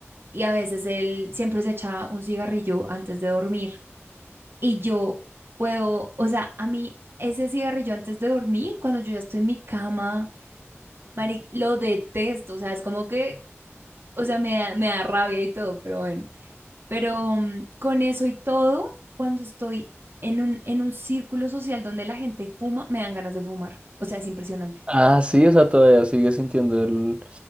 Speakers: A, on the right; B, on the right.
A: Y a veces él siempre se echa un cigarrillo antes de dormir. Y yo puedo, o sea, a mí ese cigarrillo antes de dormir, cuando yo ya estoy en mi cama, Mari, lo detesto. O sea, es como que, o sea, me da, me da rabia y todo, pero bueno. Pero mm, con eso y todo, cuando estoy en un, en un círculo social donde la gente fuma, me dan ganas de fumar. O sea, es impresionante.
B: Ah, sí, o sea, todavía sigue sintiendo el,